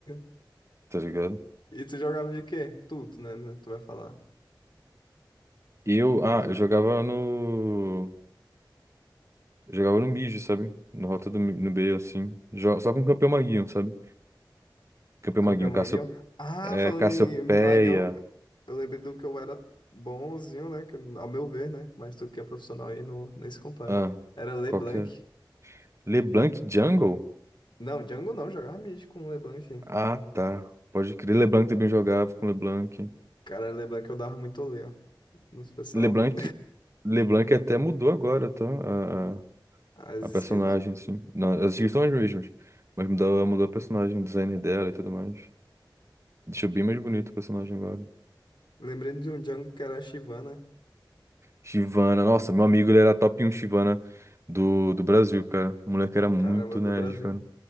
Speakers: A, on the left (about 75°); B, on the right (about 35°).
A: <laughs>
B: tá ligado?
A: E tu jogava de quê? Tudo, né? né, Tu vai falar.
B: Eu, ah,
A: De-
B: eu jogava no. Jogava no mid, sabe? Na rota do, mi- no B, assim. Jo- Só com o campeão maguinho, sabe? Campeão
A: o Campeão
B: Maguinho,
A: Maguion.
B: Cassio...
A: Ah,
B: é,
A: falando
B: Cassiopeia.
A: em Maguion, eu lembrei do que eu era bonzinho, né? Que, ao meu ver, né? Mas tu que é profissional aí não, nem se compara.
B: Ah,
A: Era LeBlanc.
B: qual que é? LeBlanc Jungle?
A: Não, Django não, jogava mid com LeBlanc.
B: Ah, tá. Pode crer. LeBlanc também jogava com LeBlanc.
A: Cara, lembra que eu dava muito olé, ó, nos pessoal.
B: LeBlanc, LeBlanc até mudou agora, tá? A, a,
A: As
B: a personagem,
A: skills?
B: assim. Não, as skills são as mesmas. Mas mudou, mudou a personagem, o designer dela e tudo mais. Deixou bem mais bonito o personagem agora.
A: Lembrei de um jungle que era a Shyvana,
B: Shyvana, nossa, meu amigo, ele era top um Shyvana do, do Brasil, cara. O moleque era muito
A: caramba, do
B: nerd,
A: Brasil.
B: cara.